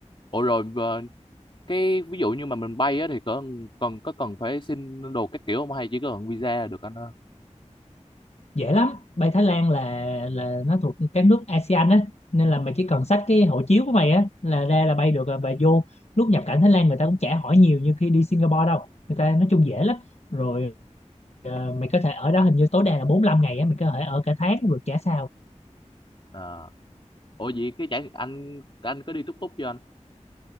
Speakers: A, on the left (about 40°); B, on the left (about 60°).
A: ủa rồi ờ, cái ví dụ như mà mình bay á thì có cần có cần phải xin đồ các kiểu không hay chỉ cần visa là được anh ha
B: dễ lắm bay Thái Lan là là nó thuộc các nước ASEAN á nên là mày chỉ cần xách cái hộ chiếu của mày á là ra là bay được rồi bà vô lúc nhập cảnh Thái Lan người ta cũng chả hỏi nhiều như khi đi Singapore đâu người ta nói chung dễ lắm rồi ờ, mày có thể ở đó hình như tối đa là bốn lăm ngày á mày có thể ở cả tháng cũng được chả sao
A: Ờ. ủa vậy cái chả anh anh có đi túc túc chưa anh